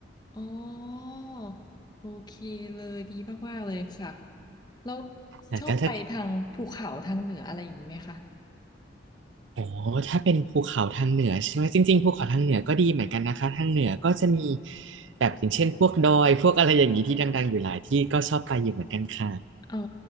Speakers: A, on the left (about 20°); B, on the right (about 85°).
A: อ๋อโอเคเลยดีมากๆเลยค่ะแล้ว
B: อ่ะก็ถ้า
A: ชอบไปทางภูเขาทางเหนืออะไรอย่างนี้ไหมคะ
B: โอ้ถ้าเป็นภูเขาทางเหนือใช่ไหม จริงๆภูเขาทางเหนือก็ดีเหมือนกันนะคะ ทางเหนือก็จะมีแบบอย่างเช่นพวกดอยพวกอะไรอย่างนี้ที่ดังๆอยู่หลายที่ก็ชอบไปอยู่เหมือนกันค่ะ
A: ค่ะอ๋อ